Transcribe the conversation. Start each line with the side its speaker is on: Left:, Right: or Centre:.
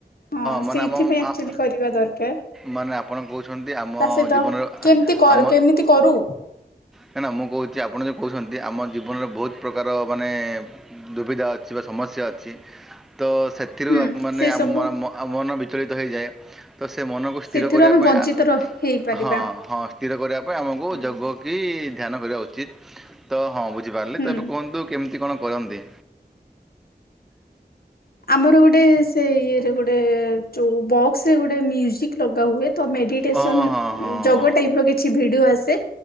Left: ହଁ,
Centre: ମାନେ
Left: ସେଇଥିପାଇଁ
Centre: ଆମ
Left: ଆକଚୁଆଲି କରିବା ଦରକାର।
Centre: ମାନେ ଆପଣ କହୁଛନ୍ତି ଆମ
Left: ତା ସହିତ
Centre: ଜୀବନର ଆ
Left: କେମିତି
Centre: ଆମ
Left: କେମିତି କରୁ
Centre: କା ନା ମୁଁ କହୁଛି ଆପଣ କହୁଛନ୍ତି ଆମ ଜୀବନରେ ବହୁତ ପ୍ରକାର ମାନେ ଦୁବିଧା ଅଛି ବା ସମସ୍ୟା ଅଛି ତ ସେତ୍ ଏଥିରୁ
Left: ହୁଁ
Centre: ଆ ମାନେ
Left: ସେ
Centre: ଆମ
Left: ସବୁ
Centre: ମନ ବିଚଳିତ ହେଇଯାଏ। ତ ସେ ମନକୁ ସ୍ଥିର
Left: ସେଥିରୁ
Centre: କରିବା
Left: ଆମେ
Centre: ପାଇଁ
Left: ବଞ୍ଚିତ
Centre: ଆ
Left: ର ହେଇପାରିବା।
Centre: ହଁ ହଁ ସ୍ଥିର କରିବା ପାଇଁ ଆମକୁ
Left: ହୁଁ।
Centre: ଯୋଗ କି ଧ୍ୟାନ କରିବା ଉଚିତ୍ ତ ହଁ ବୁଝିପାରିଲେ
Left: ହୁଁ।
Centre: ତ ଏବେ କୁହନ୍ତୁ କେମିତି କଣ କରନ୍ତି?
Left: ଆମର ଗୋଟେ ସେ ଇଏରେ ଗୋଟେ ଯୋଉ ବକ୍ସ ରେ ଗୋଟେ ମ୍ୟୁଜିକ ଲଗା ହୁଏ ତ ମେଡିଟ୍ ଟେସନ୍
Centre: ହଁ ହଁ ହଁ ହଁ
Left: ଯୋଗ ଟାଇପ ର କିଛି ଭିଡିଓ ଆସେ